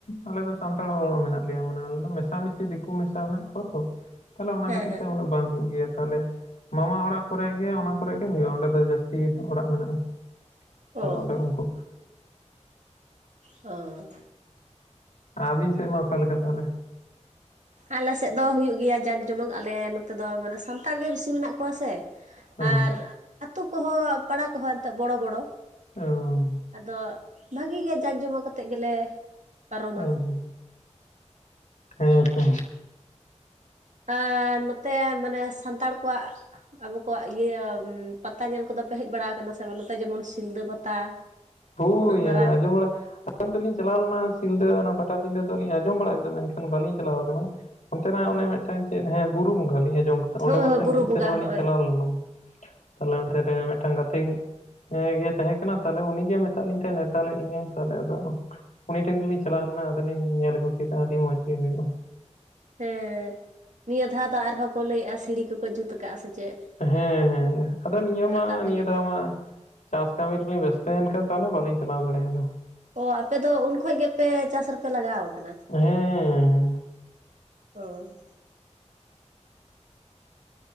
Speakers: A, on the left; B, on the right.
A: ᱟᱞᱮ ᱫᱚ ᱥᱟᱱᱛᱟᱲ ᱦᱚᱲ ᱢᱮᱱᱟᱜ ᱞᱮᱭᱟ, ᱢᱟᱱᱮ ᱟᱞᱮ ᱫᱚ ᱢᱮ ᱥᱟ ᱢᱮᱤᱥ ᱫᱤᱠᱩ ᱢᱮᱥᱟ ᱢᱮᱱᱟ ᱠᱚᱣᱟ ᱛᱚ᱾ ᱛᱟᱞᱦᱮ ᱚᱱᱟ
B: ᱦᱮᱸ
A: ᱠᱷᱟᱹᱛᱤᱨ
B: ᱦᱮᱸ
A: ᱛᱮ ᱩᱱᱟᱹᱜ ᱵᱟᱝ ᱦᱩᱭᱩᱜᱳ ᱜᱮᱭᱟ ᱛᱟᱦᱚᱞᱮ ᱢᱟᱢᱟ ᱚᱲᱟᱜ ᱠᱚᱨᱮ ᱜᱮ ᱚᱱᱟ ᱠᱚᱨᱮ ᱜᱮ ᱦᱩᱭᱩᱜᱼᱟ, ᱚᱸᱰᱮ ᱫᱚ ᱡᱟᱹᱥ ᱛᱮᱜᱮ ᱱᱥᱦᱟᱜ ᱚᱲᱟᱜ ᱢᱮᱱᱟᱜᱼᱟ᱾ ᱛᱟᱦᱚᱞᱮ
B: ᱚ
A: ᱚᱸᱰᱮ ᱩᱱᱠᱩ
B: ᱚ᱾
A: ᱟᱹᱵᱤᱱ ᱥᱮᱫ ᱢᱟ ᱚᱠᱟ ᱞᱮᱠᱟ ᱛᱟᱦᱚᱞᱮ?
B: ᱟᱞᱮᱥᱮᱫ ᱫᱚ ᱦᱩᱭᱩᱜ ᱜᱮᱭᱟ ᱡᱟᱠ ᱡᱚᱢᱚᱠ ᱟᱞᱮ ᱱᱚᱛᱮ ᱫᱚ ᱢᱟᱱᱮ ᱥᱟᱱᱛᱟᱲ ᱜᱮ ᱵᱮᱥᱤ ᱢᱮᱱᱟᱜ ᱠᱚᱣᱟ ᱥᱮ᱾
A: ᱚ
B: ᱟᱨ ᱟᱛᱳ ᱠᱚᱦᱚᱸ ᱯᱟᱲᱟ ᱠᱚᱦᱚᱸ ᱮᱱᱛᱮᱫ ᱵᱚᱲᱚ ᱵᱚᱲᱚ᱾
A: ᱚ
B: ᱟᱫᱚ ᱵᱷᱟᱜᱮ ᱜᱮ ᱡᱟᱠᱼᱡᱚᱢᱚᱠ ᱠᱟᱛᱮ ᱜᱮᱞᱮ ᱯᱟᱨᱚᱢᱟ᱾
A: ᱦᱩᱸ ᱦᱩᱸ ᱦᱮᱸ ᱛᱚ,
B: ᱮᱸ ᱱᱚᱛᱮ ᱢᱟᱱᱮ ᱥᱟᱱᱛᱟᱲ ᱠᱚᱣᱟᱜ ᱟᱵᱚ ᱠᱚᱣᱟᱜ ᱤᱭᱟᱹ ᱯᱟᱛᱟ ᱧᱮᱞ ᱠᱚᱫᱚ ᱯᱮ ᱦᱮᱡᱽ ᱵᱟᱲᱟ ᱠᱟᱱᱟ ᱥᱮ ᱵᱟᱝ? ᱱᱚᱛᱮ ᱡᱮᱢᱚᱱ ᱥᱤᱞᱫᱟᱹ ᱯᱟᱛᱟ᱾ <unintelligible>
A: ᱦᱳᱭ
B: ᱩᱱᱟᱹᱜ ᱢᱟᱨᱟᱝ
A: ᱭᱟ ᱟᱸᱡᱚᱢ ᱵᱟᱲᱟ ᱚᱸᱰᱮ ᱫᱚᱞᱤᱧ ᱪᱟᱞᱟᱣ ᱞᱮᱱᱟ ᱥᱤᱞᱫᱟᱹ ᱚᱱᱟ ᱯᱟᱴᱟᱵᱤᱸᱫᱟᱹ ᱫᱚᱞᱤᱧ ᱟᱸᱡᱚᱢ ᱵᱟᱲᱟ ᱟᱠᱟᱫᱟ ᱢᱮᱱᱠᱷᱟᱱ ᱵᱟᱞᱤᱧ ᱪᱟᱞᱟᱣ ᱠᱟᱱᱟ᱾ ᱚᱱᱛᱮᱱᱟᱜ ᱚᱱᱮ
B: ᱚ
A: ᱢᱤᱫᱴᱟᱝ ᱪᱮᱫ ᱦᱮᱸ ᱵᱩᱨᱩ ᱵᱚᱸᱜᱟ ᱞᱤᱧ ᱟᱸᱡᱚᱢ ᱠᱟᱫᱟ ᱚᱸᱰᱮ
B: ᱦᱳᱭ
A: ᱵᱚᱨᱥᱮᱱ
B: ᱦᱳᱭ ᱵᱩᱨᱩ
A: ᱢᱤᱫ
B: ᱵᱚᱸᱜᱟ
A: ᱥᱮᱨᱢᱟ
B: ᱦᱚᱸᱜᱼᱚᱭ
A: ᱞᱤᱧ ᱪᱟᱞᱟᱣ ᱞᱮᱱᱟ᱾ ᱛᱟᱦᱞᱮ ᱚᱱᱛᱮᱨᱮ ᱢᱮᱜᱴᱟᱝ ᱜᱟᱛᱮ ᱜᱮ ᱮᱸᱻ ᱤᱭᱟᱹ ᱛᱟᱦᱮᱸ ᱠᱟᱱᱟ ᱛᱟᱦᱞᱮ ᱩᱱᱤ ᱤᱭᱟᱹ ᱢᱮᱛᱟᱜ ᱞᱤᱧ ᱛᱟᱦᱮᱸᱫ ᱱᱮᱶᱛᱟ ᱞᱮᱫ ᱞᱤᱧᱟᱭ, ᱛᱟᱦᱞᱮ ᱟᱫᱚ ᱩᱱᱤ ᱴᱷᱮᱱ ᱜᱮᱞᱤᱧ ᱪᱟᱞᱟᱣ ᱞᱮᱱᱟ ᱟᱫᱚᱞᱤᱧ ᱧᱮᱞ ᱟᱜᱩ ᱠᱮᱫᱟ, ᱟᱰᱤ ᱢᱚᱸᱡᱽ ᱜᱮ ᱦᱩᱭᱩᱜᱼᱟ᱾
B: ᱦᱮᱸ ᱱᱤᱭᱟᱹ ᱫᱷᱟᱣ ᱫᱚ ᱟᱨᱦᱚᱸ ᱠᱚ ᱞᱟᱹᱭᱮᱜᱼᱟ ᱥᱤᱸᱲᱤ ᱠᱚᱠᱚ ᱡᱩᱛ ᱠᱟᱜᱼᱟ ᱥᱮ ᱪᱮᱫ?
A: ᱦᱮᱸ ᱦᱮᱸ ᱟᱫᱚ ᱱᱤᱭᱟᱹ
B: ᱨᱟᱠᱟᱵ
A: ᱢᱟ
B: ᱞᱟᱹᱜᱤᱫ
A: ᱱᱤᱭᱟᱹ ᱫᱷᱟᱣ
B: ᱛᱮ
A: ᱢᱟ ᱪᱟᱥ ᱠᱟᱹᱢᱤ ᱨᱮᱞᱤᱧ ᱵᱮᱥᱛᱚᱭᱮᱱ ᱠᱷᱟᱱ ᱛᱟᱦᱞᱮ ᱵᱟᱞᱤᱧ ᱪᱟᱞᱟᱣ ᱫᱟᱲᱮ ᱟᱫᱟ᱾
B: ᱚ ᱟᱯᱮ ᱫᱚ ᱩᱱ ᱠᱷᱚᱡ ᱜᱮᱯᱮ ᱪᱟᱥ ᱨᱮᱯᱮ ᱞᱟᱜᱟᱣ ᱠᱟᱱᱟ?
A: ᱦᱮᱸ
B: ᱦᱳᱭ᱾